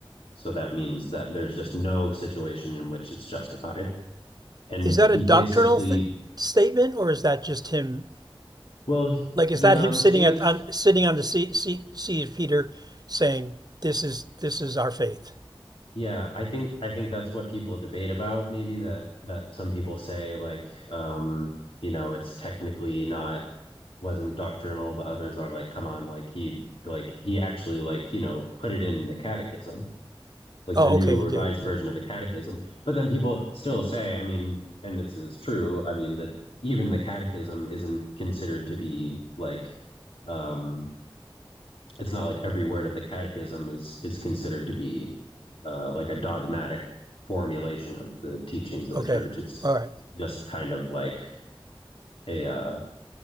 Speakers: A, on the left; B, on the right.
A: so that means that there's just no situation in which it's justified. And
B: Is that
A: he
B: a doctrinal
A: basically,
B: th- statement or is that just him
A: well, he,
B: Like,
A: he
B: is that
A: um
B: him sitting
A: changed.
B: at on sitting on the seat seat, seat of Peter, saying, "This is this is our faith."
A: Yeah, I think I think that's what people debate about. Maybe that that some people say like, um, you know, it's technically not wasn't doctrinal, but others are like, come on, like he like he actually like you know put it in the catechism. like
B: Oh,
A: the new
B: okay, he
A: revised
B: did.
A: version
B: Yeah.
A: of the catechism. But then people still say, I mean, and this is true, I mean, that even the catechism isn't considered to be like, um, it's not like every word of the catechism is is considered to be uh, like a dogmatic formulation of the teachings of
B: Okay.
A: the church. It's
B: All right.
A: just kind of like a uh,